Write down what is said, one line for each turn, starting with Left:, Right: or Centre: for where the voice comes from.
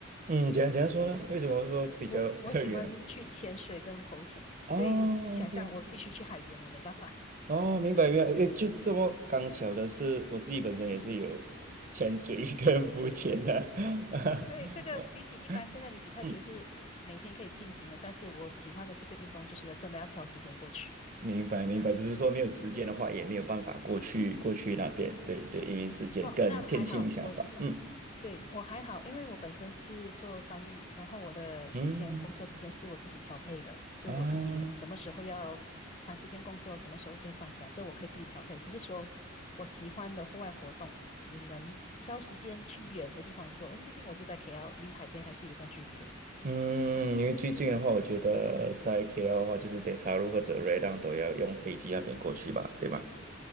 Right: 嗯，怎样怎样说呢？为什么说比较比较远呢？
Left: 我我喜欢去潜水跟浮潜，
Right: <laughs> 哦，OK，
Left: 所以你想象我必须去海边了，没办法。
Right: 哦，明白明白，诶，就这么刚巧的是，我自己本身也是有潜水
Left: 嗯。
Right: <laughs> 跟浮潜的，<laughs>
Left: 所以这个比起一般现在你比卡球是每天可以进行的，
Right: 呃嗯，
Left: 但是我喜欢的这个运动就是要真的要挑时间过去。
Right: 明白明白，就是说没有时间的话，也没有办法过去过去那边，对对，因为时间跟天气影响吧，
Left: 哦，那还好，我是，
Right: 嗯
Left: 对，我还好，因为我本身是做翻译，然后我的时间工作时间是我自己调配的，
Right: 嗯
Left: 就我自己什么时候要长时间工作，
Right: 啊。
Left: 什么时候间放假，这我可以自己调配。只是说我喜欢的户外活动，只能挑时间去远的地方做，因为毕竟我住在 KL，离海边还是有一段距离的。
Right: 嗯，因为最近的话，我觉得在 KL 的话，就是 d e s 或者 r e d a n 都要用飞机那边过去吧，对吧？